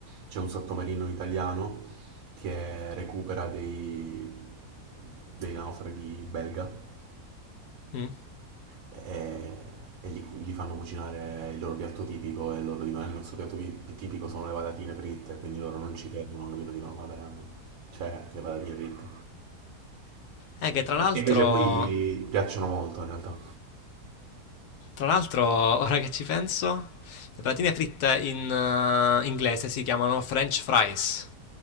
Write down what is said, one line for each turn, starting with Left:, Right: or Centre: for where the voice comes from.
Right: c'è un sottomarino italiano che recupera dei, dei naufraghi belga
Left: Mm.
Right: e, e gli, gli fanno cucinare il loro piatto tipico e loro dicono: "Eh, Il nostro piatto pi- tipico sono le patatine fritte, quindi loro non ci credono, capito? Dicono: Vabbè, no". cioè, le patatine fritte.
Left: Eh, che tra l'altro,
Right: Invece poi piacciono molto in realtà.
Left: tra l'altro, ora che ci penso, le patatine fritte in eh, inglese si chiamano French fries,